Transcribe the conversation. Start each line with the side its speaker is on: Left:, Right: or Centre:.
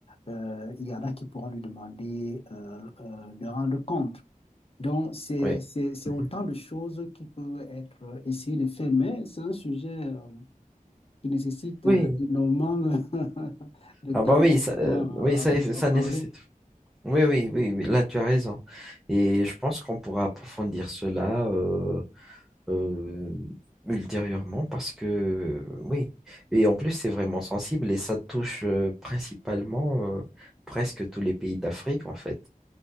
Left: euh, il y en a qui pourront lui demander euh, euh, de rendre compte. Donc, c'est,
Centre: oui.
Left: c'est, c'est
Centre: mhm.
Left: autant de choses qui peuvent être euh, essayées de faire, mais c'est un sujet euh, qui nécessite
Centre: Oui.
Left: euh, énormément euh, <laughs> de temps
Centre: Ah bah oui,
Left: pour
Centre: ça, euh,
Left: pouvoir
Centre: oui, ça,
Left: euh,
Centre: ça
Left: en parler.
Centre: nécessite. Oui, oui, oui, oui, là tu as raison. Et je pense qu'on pourra approfondir cela. euh, euh, ultérieurement parce que oui, et en plus c'est vraiment sensible et ça touche euh, principalement euh, presque tous les pays d'Afrique en fait.